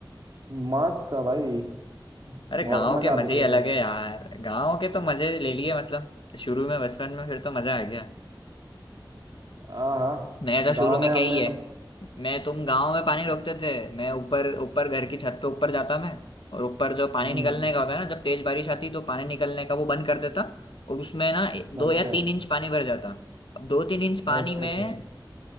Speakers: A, on the right; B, on the left.
A: मस्त था भाई
B: अरे
A: बहुत
B: गांव
A: मजा
B: के मजे
A: आते
B: ही
A: थे
B: अलग
A: पहले
B: है
A: तो
B: यार गांव के तो मजे ले लिए मतलब शुरू में बचपन में फिर तो मजा आ गया
A: हाँ हाँ
B: मैं तो
A: गाँव
B: शुरू
A: में
B: में क्या
A: हमने
B: ही है
A: मत...
B: मैं तुम गांव में पानी
A: हम्म
B: रोकते थे मैं ऊपर ऊपर घर की छत पे ऊपर जाता मैं और ऊपर जो पानी
A: हम्म,
B: निकलने का होता है ना जब तेज बारिश आती तो पानी निकलने का वो बंद कर देता और उसमें ना दो
A: अच्छा
B: या तीन इंच पानी भर जाता अब दो तीन इंच पानी
A: अच्छा
B: में
A: अच्छा